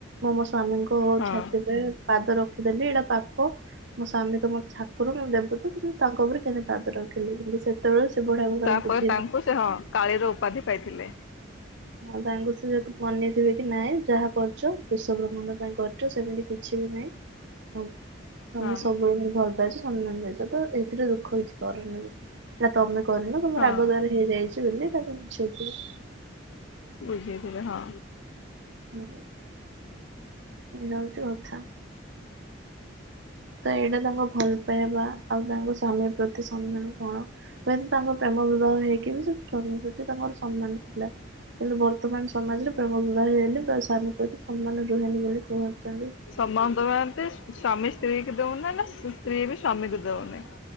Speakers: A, on the right; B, on the left.
A: ମୁଁ ମୋ ସ୍ଵାମୀଙ୍କ
B: ହଁ
A: ଛାତି ଉପରେ। ପାଦ ରଖିଦେଲି ଏଇଟା ପାପ। ସ୍ୱାମୀ ତ ମୋ ଠାକୁର ମୋ ଦେବତା କି ମୁଁ ତାଙ୍କ ଉପରେ କେମିତି ପାଦ ରଖିଲି କିନ୍ତୁ ସେ ସେତୋ ସେ ବଢିଆକୁ ତା
B: ତାପରେ
A: ବୁଝ <unintelligible>
B: ତାଙ୍କୁ ସେ ହଁ କାଳିର ଉପାଧି ପାଇଥିଲେ।
A: ହଁ ତାଙ୍କୁ ସେ ଯଦି ମନେଇଥିବେ କି ନାଇଁ ଯାହା କରୁଛ ବିଶ୍ଵ ବ୍ରହ୍ମାଣ୍ଡ ପାଇଁ କରୁଛ ସେମିତି କିଛି ବି ନାଇଁ। ହଉ ତମେ
B: ହଁ
A: ସବୁବେଳେ ଭାରି ଭଲ ପାଇଛ ସମ୍ମାନ ଦେଇଚ ତ ଏଥିରେ ଦୁଃଖ କିଛି କରନି। ନାଁ ତମେ କରିନ ତମର
B: ହଁ
A: ରାଗ ଦ୍ୱାରା ହେଇଯାଇଛି ବୋଲି ତାକୁ ବୁଝେଇଥିଲେ।
B: ବୁଝେଇଥିଲେ ହଁ।
A: ହୁଁ ଏଇଆ ହଉଛି କଥା। ତ ଏଇଟା ତାଙ୍କ ଭଲ ପାଇବା। ଆଉ ତାଙ୍କ ସ୍ୱାମୀ ପ୍ରତି ସମ୍ମାନ କଣ ହୁଏତ ତାଙ୍କ ପ୍ରେମ ବିବାହ ହେଇକି ବି ସେ ସ୍ୱାମୀ ପ୍ରତି ତାଙ୍କର ସମ୍ମାନ ଥିଲା କିନ୍ତୁ ବର୍ତ୍ତମାନ ସମାଜରେ ପ୍ରେମ ବିବାହ ହେଲେ ବା ସା <unintelligible> ନ ପ୍ରତି ସମ୍ମାନ ରୁହେନି ବୋଲି କୋହୁଛନ୍ତି।
B: ସନମାନ <unintelligible> ଏତି ସ୍ଵାମୀ ସ୍ତ୍ରୀ କୁ ଦୋଉନି ନା ସ୍ତ୍ରୀ ବି ସ୍ଵାମୀକୁ ଦୋଉନି।